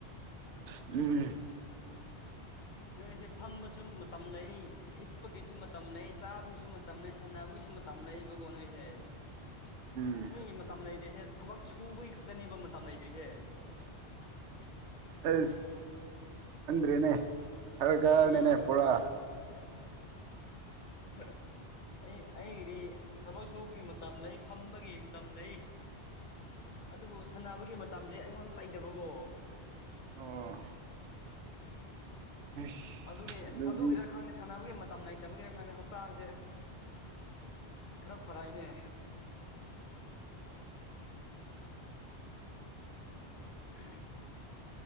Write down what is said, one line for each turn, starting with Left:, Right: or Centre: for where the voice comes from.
Right: ꯎꯝ
Left: ꯅꯣꯏꯁꯦ ꯐꯝꯕꯁꯨ ꯃꯇꯝ ꯂꯩ ꯍꯤꯠꯄꯒꯤꯁꯨ ꯃꯇꯝ ꯂꯩ ꯆꯥꯕꯒꯤꯁꯨ ꯃꯇꯝ ꯂꯩ ꯁꯥꯟꯅꯕꯒꯤꯁꯨ ꯃꯠ ꯇꯝꯅꯩꯕꯀꯣ ꯅꯣꯢꯖꯦ
Right: ꯎꯝ
Left: ꯅꯣꯏꯒꯤ ꯃꯇꯝ ꯂꯩꯇ꯭ꯔꯤꯁꯦ ꯊꯕꯛ ꯁꯨꯕꯒꯤ ꯈꯛꯇꯅꯦꯕ ꯃꯇꯝ ꯂꯩꯇ꯭ꯔꯤꯁꯦ
Right: ꯑꯁ ꯈꯪꯗ꯭ꯔꯦꯅꯦ ꯁꯔꯒꯔꯥꯅꯤꯅꯦ
Left: ꯑꯩ
Right: ꯄꯨꯔꯥ
Left: <unintelligible> ꯑꯩ ꯑꯩꯒꯤꯗꯤ ꯊꯕꯛ ꯁꯨꯕꯒꯤ ꯃꯇꯝ ꯂꯩ ꯐꯝꯕꯒꯤ ꯃꯇꯝ ꯂꯩ ꯑꯗꯨꯕꯨ ꯁꯥꯟꯅꯕꯒꯤ ꯃꯇꯝꯖꯦ ꯑꯩꯉꯣꯟꯗ ꯂꯩꯗꯕꯀꯣ
Right: ꯑꯣ ꯑꯁ
Left: ꯑꯗꯨꯒꯤ
Right: ꯑꯗꯨꯗꯤ
Left: ꯑꯁ ꯑꯗꯨꯒꯤꯔ ꯈꯪꯗꯦ ꯁꯥꯟꯅꯕꯒꯤ ꯃꯇꯝ ꯂꯩꯇꯕꯒꯤꯔ ꯈꯪꯗꯦ ꯍꯛꯆꯥꯡꯁꯦ ꯑꯁ ꯈꯔ ꯐꯥꯛꯛꯏꯅꯦ <unintelligible>